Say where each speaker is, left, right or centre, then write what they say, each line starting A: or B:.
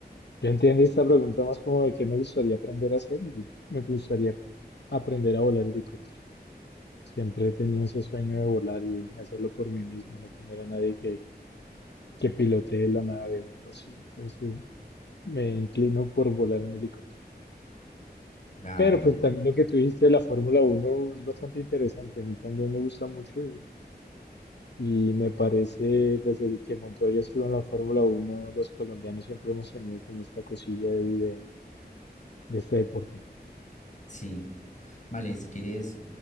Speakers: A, on the left; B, on the left.
A: yo entiendo esta pregunta más como de qué me gustaría aprender a hacer y me gustaría aprender a volar helicóptero. Siempre he tenido ese sueño de volar y hacerlo por mí mismo, no tener a nadie que, que pilotee la nave o algo así. Entonces Me inclino por volar en helicóptero.
B: Ah,
A: Pero pues
B: vale.
A: también lo que tú dijiste de la Fórmula Uno es bastante interesante. A mí también me gusta mucho y, y me parece, desde que Montoya estuvo en la Fórmula Uno los colombianos siempre hemos tenido como esta cosilla ahí de, de este deporte.
B: Sí. Vale, si quieres,